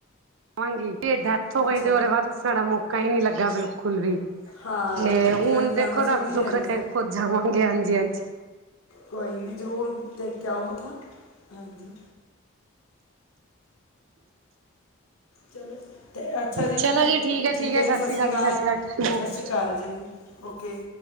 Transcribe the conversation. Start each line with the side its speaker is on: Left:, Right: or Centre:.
Right: ਵਾਂਗੀ, ਤੇ ਡੈਥ ਹੋ
Left: ਅੱਛਾ
Right: ਗਈ ਤੇ ਓਦੇ ਬਾਅਦ ਸਾਡਾ ਮੌਕਾ ਈ ਨੀ ਲੱਗਾ ਬਿਲਕੁਲ ਵੀ।
Left: ਹਾਂ
Right: ਤੇ ਹੁਨ
Left: ਜਿਨ੍ਹਾਂ ਨੇ
Right: ਦੇਖੋ
Left: ਜਾਣਾ ਸੀ
Right: ਰੱਬ
Left: ਉਹ ਹੀ ਨਹੀਂ
Right: ਸੁੱਖ
Left: ਰਹਿ
Right: ਰੱਖੇ
Left: ਗਏ ਸੀ
Right: ਖੁਦ ਜਾਵਾਂਗੇ, ਹਾਂਜੀ- ਹਾਂਜੀ।
Left: ਕੋਈ ਨੀ ਜ਼ਰੂਰ ਟੇਕ ਕੇ ਆਓ ਮੱਥਾ। ਹਾਂਜੀ। ਚਲੋ, ਤੇ ਅੱਛਾ ਜੀ
Right: ਚਲੋ
Left: ਤੇ
Right: ਹੈ
Left: ਠੀਕ
Right: ਹੈ
Left: ਏ
Right: ਸਤਿ
Left: ਜੀ ਸਸ੍ਰੀਕਾਲ,
Right: ਸ਼੍ਰੀ ਅਕਾਲ ਸਤਿ ਸ਼੍ਰੀ ਅਕਾਲ ਟਾਈਮ ਹੋ
Left: ਸਸ਼ੀਕਾਲ
Right: ਗਿਆ
Left: ਜੀ। ਓਕੇ।